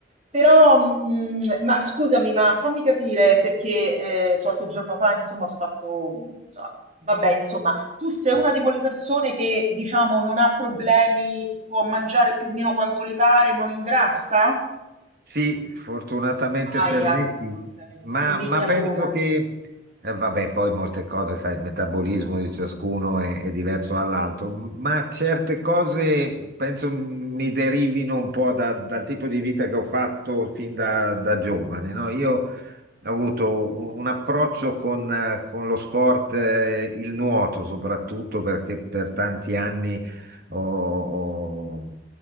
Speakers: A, on the right; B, on the right.
A: Però, mh, ma scusami, ma fammi capire perché eh, qualche giorno fa, insomma, ho fatto, insomma, vabbè, insomma, tu sei una
B: Eh.
A: di
B: <laughs>
A: quelle persone che, diciamo, non ha problemi, può mangiare più o meno quanto gli pare, non ingrassa?
B: Sì, fortunatamente
A: Aia,
B: per me sì,
A: ok,
B: ma,
A: invidia
B: ma penso
A: pura.
B: che, eh, vabbè, poi molte cose, sai, il metabolismo di ciascuno è, è diverso dall'altro, ma certe cose penso mi derivino un po' da- dal tipo di vita che ho fatto fin da, da giovane, no? Io ha avuto un un approccio con, eh, con lo sport, eh, il nuoto soprattutto perché per tanti anni ho, ho-